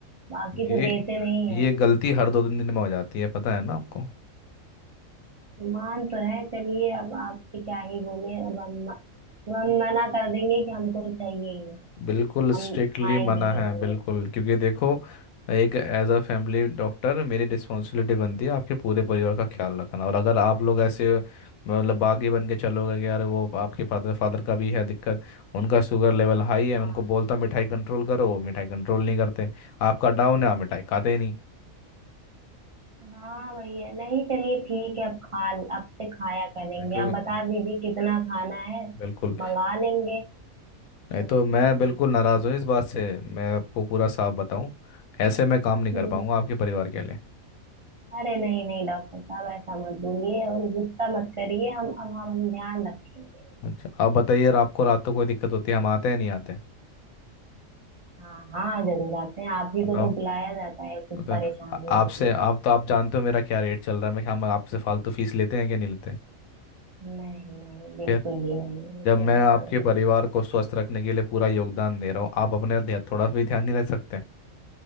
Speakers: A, on the right; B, on the left.
A: बाकी
B: ये
A: तो देते नहीं
B: ये
A: है
B: गलती हर दो तीन दिन में हो जाती है पता है ना आपको
A: मान तो रहे चलिए अब आपसे क्या ही बोले अब हम अब हम मना कर देंगे कि हमको चाहिए ही नहीं
B: बिल्कुल स्ट्रिक्टली
A: हम खाएंगे
B: मना
A: ही
B: है
A: नहीं
B: बिल्कुल क्योंकि देखो एक एज अ फैमिली डॉक्टर मेरी रिस्पॉन्सिबिलिटी बनती है आपके पूरे परिवार का ख्याल रखना और अगर आप लोग ऐसे मतलब बागी बन के चलोगे कि यार वो आपके फादर फादर का भी है दिक्कत उनका शुगर लेवल हाई है
A: हाँ
B: मैं उनको बोलता हूँ मिठाई कंट्रोल करो वो मिठाई कंट्रोल नहीं करते आपका डाउन है आप मिठाई खाते ही नहीं
A: हाँ भैया नहीं चलिए ठीक है अब खा अब से खाया करेंगे
B: मैं क्यों
A: आप बता दीजिए कितना खाना है
B: बिल्कुल
A: मंगा लेंगे
B: नहीं
A: वही
B: तो
A: खाएंगे
B: मैं बिल्कुल नाराज़ हूँ इस बात से मैं आपको पूरा साफ बताऊँ ऐसे मैं काम नहीं
A: हम्म
B: कर पाऊंगा आपके परिवार के लिए
A: अरे नहीं नहीं डॉक्टर साहब ऐसा मत बोलिए और गुस्सा मत करिए हम अब हम हम ध्यान रखेंगे
B: अच्छा आप बताइए अगर आपको रात को कोई दिक्कत होती है हम आते हैं नहीं आते हैं?
A: हाँ हाँ जरूर आते हैं आप ही
B: बताओ
A: को तो बुलाया जाता है कुछ
B: तो
A: परेशानी
B: आ- आपसे
A: होती है
B: आप तो आप जानते हो मेरा क्या रेट चल रहा है मैं क्या हम आपसे फालतू फीस लेते हैं कि नहीं लेते
A: नहीं नहीं बिल्कुल
B: फिर
A: भी नहीं ये तो
B: जब मैं
A: हम
B: आपके
A: समझ रहे
B: परिवार
A: हैं
B: को स्वस्थ रखने के लिए पूरा योगदान दे रहा हूँ आप अपने ध्यान थोड़ा भी ध्यान नहीं रख सकते